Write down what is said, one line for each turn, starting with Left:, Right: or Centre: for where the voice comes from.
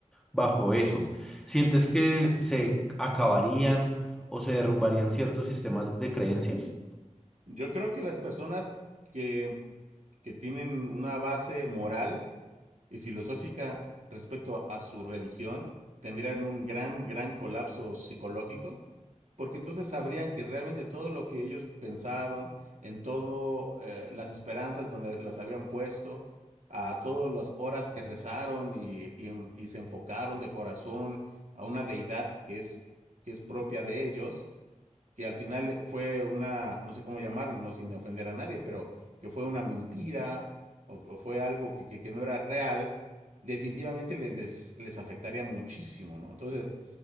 Centre: bajo eso? ¿Sientes que se acabarían o se derrumbarían ciertos sistemas de creencias?
Right: Yo creo que las personas que, que tienen una base moral y filosófica respecto a, a su religión tendrían un gran, gran colapso psicológico, porque entonces sabrían que realmente todo lo que ellos pensaron, en todo eh, las esperanzas donde las habían puesto, a todas las horas que rezaron y, y en- y se enfocaron de corazón a una deidad que es, que es propia de ellos, que al final fue una, no sé cómo llamarlo, no sin ofender a nadie, pero que fue una mentira o, o fue algo que, que- que no era real, definitivamente le- les, les afectaría muchísimo, ¿no? Entonces,